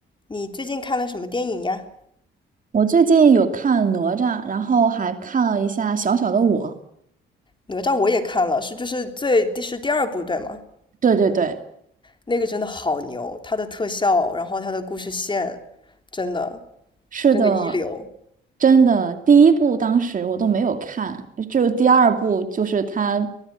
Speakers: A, on the left; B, on the right.
A: 你最近看了什么电影呀？
B: 我最近有看哪吒，然后还看了一下《小小的我》。
A: 哪吒我也看了，是就是最第是第二部对吗？
B: 对对对，
A: 那个真的好牛，它的特效，然后它的故事线，真的
B: 是的，
A: 真的一流。
B: 真的，第一部当时我都没有看，就第二部就是它